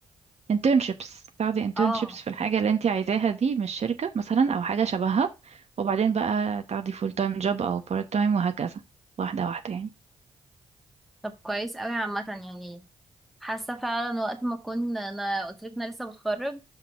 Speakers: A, on the right; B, in the centre.
A: internships تاخدي internships
B: اه
A: في الحاجة اللي انت عايزاها دي من الشركة مثلا أو حاجة شبهها وبعدين بقى تاخدي full time job أو part time وهكذا واحدة واحدة يعني
B: طب كويس قوي عامة يعني حاسه فعلا وقت ما اكون انا قلت لك انا لسه بتخرج